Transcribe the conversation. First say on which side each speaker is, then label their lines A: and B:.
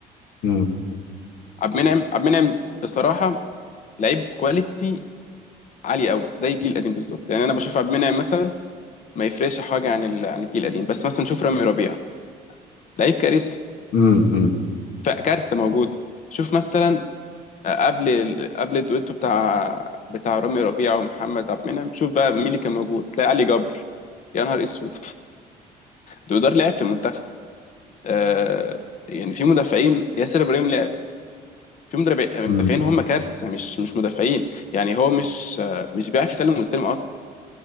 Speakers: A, on the left (about 70°); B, on the left (about 45°).
A: امم
B: عبد المنعم عبد المنعم بصراحه لعيب كواليتي عالي قوي زي الجيل القديم بالظبط يعني انا بشوف عبد المنعم مثلا ما يفرقش حاجه عن ال- عن الجيل القديم بس مثلا شوف رامي ربيعه لعيب كارثي
A: امم امم
B: فكارثه موجوده شوف مثلا قبل ال- قبل الدويتو بتاع بتاع رامي ربيعه ومحمد عبد المنعم شوف بقى مين اللي كان موجود تلاقي علي جبر يا نهار اسود دودار لعب في المنتخب آه يعني في مدافعين ياسر ابراهيم لعب في مدرب- مدافعين
A: امم
B: هم كارثه مش مش مدافعين يعني هو مش آه، مش بيعرف يسلم ويستلم اصلا